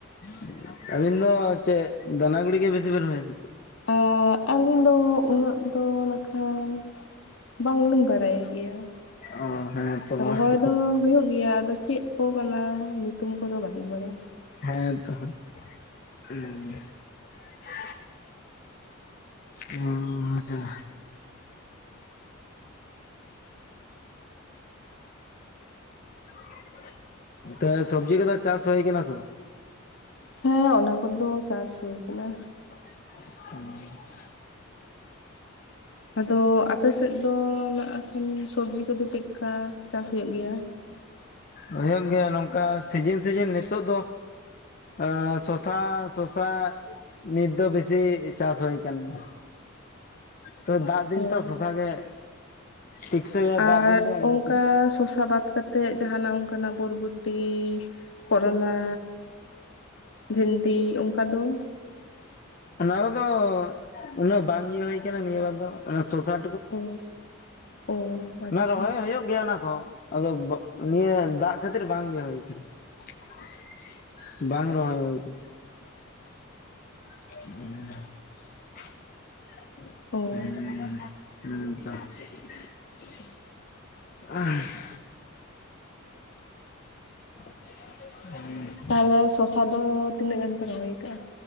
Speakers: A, on the left; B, on the left.
A: <inaudible> ᱟᱹᱵᱤᱱ ᱫᱚ ᱪᱮᱫ ᱫᱟᱱᱟ ᱜᱩᱲᱤ ᱜᱮ ᱵᱮᱥᱤ ᱵᱤᱱ ᱨᱚᱦᱚᱭᱟ ᱥᱮ ᱪᱮᱫ?
B: ᱮᱸᱻ ᱟᱹᱞᱤᱧ ᱫᱚ ᱩᱱᱟᱹᱜ ᱫᱚ ᱱᱟᱜᱠᱷᱟᱱ ᱵᱟᱝ ᱞᱤᱧ ᱵᱟᱲᱟᱭ ᱜᱮᱭᱟ,
A: ᱚ ᱦᱮᱸ ᱛᱚ ᱢᱟ
B: ᱨᱚᱦᱚᱭ
A: <inaudible>
B: ᱫᱚ ᱦᱩᱭᱩᱜ ᱜᱮᱭᱟ ᱟᱫᱚ ᱪᱮᱫ ᱠᱚ ᱠᱟᱱᱟ ᱧᱩᱛᱩᱢ ᱠᱚᱫᱚ ᱵᱟᱹᱞᱤᱧ ᱵᱟᱲᱟᱭᱟ,
A: ᱦᱮᱸ ᱛᱚ ᱦᱟᱸᱜ <inaudible> <inaudible> ᱚᱻᱟᱪᱪᱷᱟ,
B: <inaudible>
A: <inaudible> ᱛᱚᱵᱮ ᱥᱚᱵᱽᱡᱤ ᱠᱚᱫᱚ ᱪᱟᱥ ᱦᱩᱭ ᱠᱟᱱᱟ ᱥᱮ ᱵᱟᱝ?
B: ᱦᱮᱸ ᱚᱱᱟ ᱠᱚᱫᱚ ᱪᱟᱥ ᱦᱩᱭ ᱟᱠᱟᱱᱟ᱾
A: <inaudible>
B: ᱟᱫᱚ ᱟᱯᱮ ᱥᱮᱫ ᱫᱚ ᱱᱟᱜ ᱠᱷᱟᱱ ᱥᱚᱵᱽᱡᱤ ᱠᱚ ᱫᱚ ᱪᱮᱫᱠᱟ ᱪᱟᱥ ᱦᱩᱭᱩᱜ ᱜᱮᱭᱟ?
A: ᱦᱩᱭᱩᱜ ᱜᱮᱭᱟ ᱱᱚᱝᱠᱟ ᱥᱤᱡᱤᱱ ᱥᱤᱡᱤᱱ ᱱᱤᱛᱳᱜ ᱫᱚ ᱮᱸᱻ ᱥᱚᱥᱟ-ᱥᱚᱥᱟ ᱱᱤᱛ ᱫᱚ ᱵᱮᱥᱤ ᱪᱟᱥ ᱦᱩᱭ ᱠᱟᱱ ᱜᱮᱭᱟ, ᱛᱚ ᱫᱟᱜ ᱫᱤᱱ
B: ᱚ
A: ᱛᱚ ᱥᱚᱥᱟ ᱜᱮ, ᱴᱤᱠᱥᱟᱹᱭᱟ ᱫᱟᱜ
B: ᱟᱨ
A: ᱫᱤᱱ ᱫᱚ ᱚᱱᱟ
B: ᱚᱱᱠᱟ
A: ᱠᱷᱟᱹᱛᱤᱨ
B: ᱥᱚᱥᱟ ᱵᱟᱫ ᱠᱟᱛᱮᱫ ᱠᱟᱛᱮ ᱡᱟᱦᱟᱱᱟᱜ ᱚᱱᱠᱟᱱᱟᱜ ᱵᱚᱨᱵᱚᱴᱤ, ᱠᱚᱨᱚᱞᱟ ᱵᱷᱮᱱᱰᱤ ᱚᱱᱠᱟ ᱫᱚ
A: ᱚᱱᱟ ᱠᱚᱫᱚ ᱩᱱᱟᱹᱜ ᱵᱟᱝ ᱤᱭᱟᱹ ᱦᱩᱭ ᱟᱠᱟᱱᱟ ᱱᱤᱭᱟᱹ ᱵᱟᱨ ᱫᱚ ᱚᱱᱟ ᱥᱚᱥᱟ <inaudible>
B: ᱚ ᱚ ᱟᱪᱪᱷᱟ
A: ᱚᱱᱟ ᱨᱚᱦᱚᱭ ᱦᱳᱭᱳᱜ ᱜᱮᱭᱟ ᱚᱱᱟ ᱠᱚ ᱟᱫᱚ ᱱᱤᱭᱟᱹ ᱫᱟᱜ ᱠᱷᱟᱹᱛᱤᱨ ᱵᱟᱝ ᱤᱭᱟᱹ ᱦᱩᱭ ᱠᱟᱱᱟ <inaudible> <inaudible> ᱵᱟᱝ ᱨᱚᱦᱚᱭ ᱦᱩᱭ ᱠᱟᱱᱟ᱾ <inaudible>
B: ᱚ
A: <inaudible> <inaudible>
B: ᱛᱟᱦᱚᱞᱮ ᱥᱚᱥᱟ ᱫᱚ ᱛᱤᱱᱟᱹᱜ ᱜᱟᱱ ᱯᱮ ᱨᱚᱦᱚᱭ ᱟᱠᱟᱜ-ᱟ?